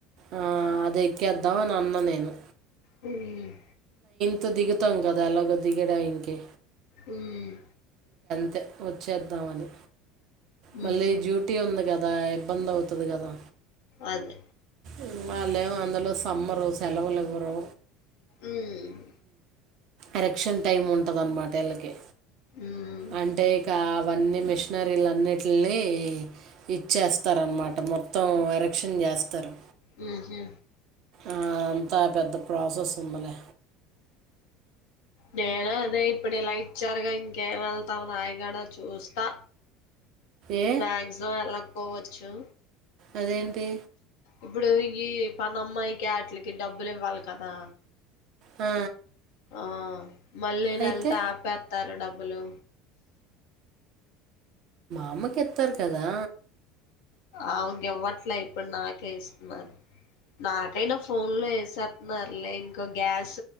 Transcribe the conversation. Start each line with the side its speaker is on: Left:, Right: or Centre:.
Right: ఆ అదేక్కేద్దాం అనన్న నేను
Left: మ్మ్
Right: సో దిగుతాం కదా ఎలాగో దిగే టైమ్కి
Left: ఉమ్మ్
Right: <unintelligible> వచ్చేద్దామని మళ్ళీ
Left: ఉమ్
Right: డ్యూటీ ఉంది కద దా ఇబ్బందవుతది కదా
Left: అదే
Right: మ్మ్ వాళ్లేం అందులో సమ్మరు సెలవలివ్వరు.
Left: ఉమ్మ్
Right: ఎరక్షన్ టైం ఉంటదన్నమాట వీళ్ళకి
Left: ఉమ్
Right: అంటే ఇకా అవన్నీ మిష్నరీలన్నిట్లిని ఇచ్చేస్తారనమాట మొత్తం ఎరక్షన్ చేస్తరు.
Left: మ్మ్ హూ
Right: ఆ అంతా పెద్ద ప్రాసెస్ ఉందిలే
Left: నేను అదే ఇప్పుడు ఇలాగిచ్చారుగా ఇంకేం వెళ్తాం నాయీ గూడ చూస్తా
Right: ఏ
Left: మ్యాక్జిమమ్ వెళ్లక పోవచ్చు.
Right: అదేంటి
Left: ఇప్పుడు ఈ పన్నమ్మాయికి ఆట్లీకి డబ్బులివ్వాలి కదా
Right: ఆ
Left: ఆ మళ్ళీ
Right: అయితే
Left: నెల్తో ఆపేత్తారు డబ్బులు.
Right: అమ్మకిత్తారు కదా
Left: అమేకెవ్వట్లే ఇప్పుడు నాకే ఇస్తున్నారు నాకైనా ఫోన్ లో వేసేస్తున్నారులే ఇంకో గ్యాస్